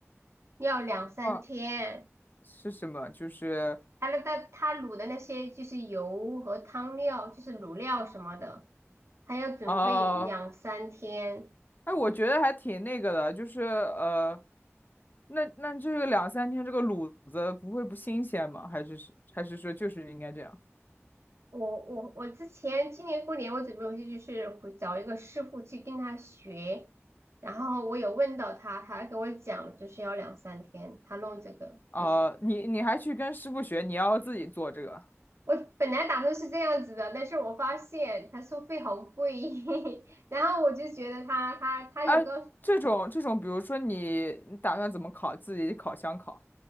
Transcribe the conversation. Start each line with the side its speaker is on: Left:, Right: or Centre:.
Right: 要两三天。
Left: 啊，是什么？就是
Right: 它那它它卤的那些就是油和汤料，就是卤料什么的，还要准备两三天。
Left: 哦、哎，我觉得还挺那个的，就是呃，那那这个两三天这个卤子不会不新鲜吗？还是是还是说就是应该这样？
Right: 我我我之前今年过年我准备回去就是回找一个师傅去跟他学，然后我有问到他，他给我讲就是要两三天，他弄这个就是
Left: 啊？你你还去跟师傅学，你要自己做这个？
Right: 我本来打算是这样子的，但是我发现他收费好贵，<laughs> 然后我就觉得他他他有告
Left: 哎，这种这种，比如说你你打算怎么烤？自己烤箱烤？